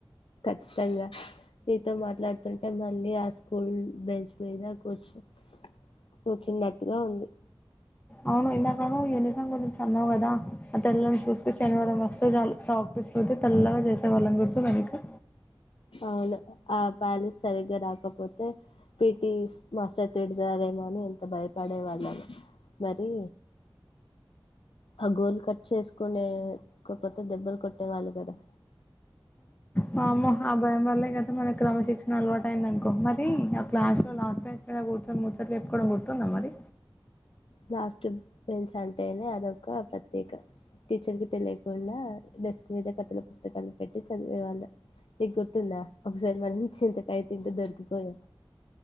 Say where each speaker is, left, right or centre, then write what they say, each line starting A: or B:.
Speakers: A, on the left; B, on the left.
A: ఖచ్చితంగా నీతో మాట్లాడుతుంటే మళ్ళీ ఆస్ స్కూల్ బెంచ్ మీద కూర్చు కూర్చున్నట్టుగా ఉంది
B: అవును ఇందాకన యూనిఫామ్ గురించి అన్నావు కదా ఆ తెల్లని షూస్ కి శనివారం వస్తే చాలు చాక్ పీస్ రుద్ది తెల్లగా చేసేవాళ్ళం గుర్తుందా నీకు
A: అవును ఆ ప్యాలెస్ సరిగ్గా రాకపోతే పిటి మాస్టర్ తిడతారేమో అని ఎంత భయపడే వాళ్ళము మరి ఆ గోలు కట్ చేసుకునే <unintelligible> దెబ్బలు కొట్టేవాళ్ళు కదా
B: వామో ఆ భయం వల్లే కదా మనకు క్రమశిక్షణ అలవాటు అయ్యిది అనుకో మరి అ క్లాస్ లో లాస్ట్ బెంచ్ లోనే కూర్చొని ముచ్చట్లు చెప్పుకోవడం గుర్తుందా మరి
A: లాస్ట్ బెంచ్ అంటేనే అదొక ప్రత్యేక టీచర్ కి తెలియకుండా డెస్క్ మీద కథల పుస్తకాలు పెట్టి చదివేవాళ్ళు నీ గుర్తుందా ఒకసారి మన చింతకాయ తింటూ దొరికిపోయా